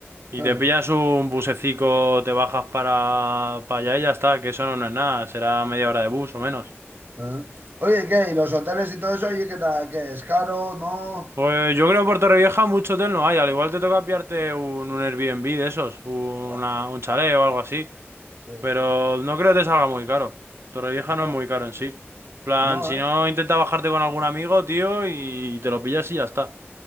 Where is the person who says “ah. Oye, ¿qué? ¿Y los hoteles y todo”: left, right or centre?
Right